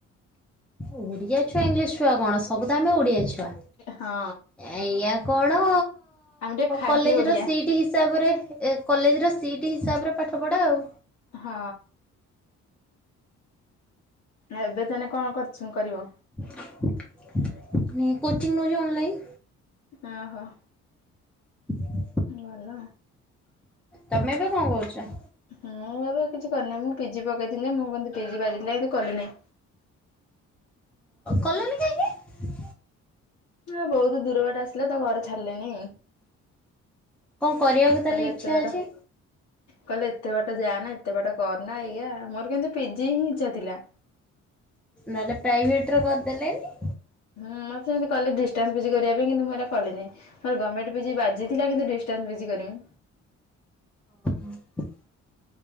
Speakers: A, in the centre; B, on the left (about 65°).
A: ଓଡ଼ିଆ ଛୁଆ ଇଂଲିଶ ଛୁଆ କଣ ସବୁତ ଆମେ ଓଡ଼ିଆ ଛୁଆ।
B: ହଁ
A: ଏଇଆ କଣ
B: ଆମେ ଟିକେ ଖାଣ୍ଟି
A: କଲେଜ
B: ଓଡିଆ।
A: ର ସିଟି ହିସାବରେ ଏ କ କଲେଜର ସିଟ୍ ହିସାବରେ ପାଠ ପଢ଼ା ଆଉ।
B: ହଁ। ଏବେ ତାନେ କଣ କରଚୁ କରିବ?
A: ମୁଁ କୋଚିଙ୍ଗ ନଉଚି ଅନଲାଇନ।
B: ଓହୋ।
A: ହ
B: ଭଲ।
A: ତମେ ଏବେ କଣ କରୁଚ?
B: ମୁଁ ଏବେ କିଛି କରୁନି। ମୁଁ ପିଜି ପକେ ପକେଇ ଥିଲି ମୁଁ କିନ୍ତୁ ପିଜି ବାଜିଲା କିନ୍ତୁ କଲି ନାଇଁ।
A: କଲନି କାହିଁକି?
B: ହଁ ବହୁତ ଦୂର ବାଟ ଆସିଲା ତ ଘରେ ଛାଡିଲେନି।
A: କଣ କରିବାକୁ ତାହେଲେ
B: କହିଲେ
A: ଇଛା
B: ଏତେ ବାଟ
A: ଅଛି।
B: କହିଲେ ଏତେ ବାଟ ଯା ନା ଏତେ ବାଟ କରନା ଏଇଆ ମୋର କିନ୍ତୁ ପିଜି ହିଁ ଇଚ୍ଛା ଥିଲା।
A: ନହେଲେ ପ୍ରାଇଭେଟ ରେ କରିଦେଲେନି।
B: ହୁଁ ମତେ ସେମିତି କଲେ ଡିଷ୍ଟାନ୍ସ ପିଜି କରିବା ପାଇଁ। କିନ୍ତୁ ମୁଁ ହେରା କଲିନି। ମୋର ଗମେଣ୍ଟ ପିଜି ବାଜିଥିଲା। କିନ୍ତୁ ଡିଷ୍ଟାନ୍ସ ପିଜି କରମି।
A: ହଁ ହଁ।